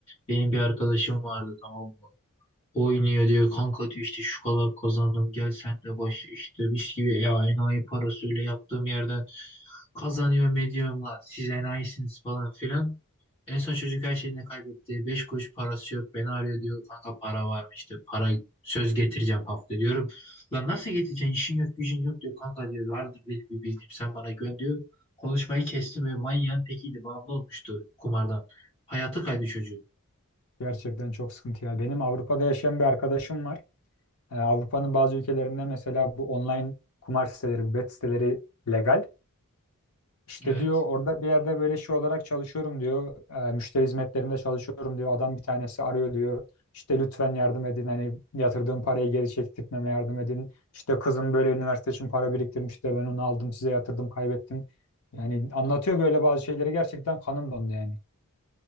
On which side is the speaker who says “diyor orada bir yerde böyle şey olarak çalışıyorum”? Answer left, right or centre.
Left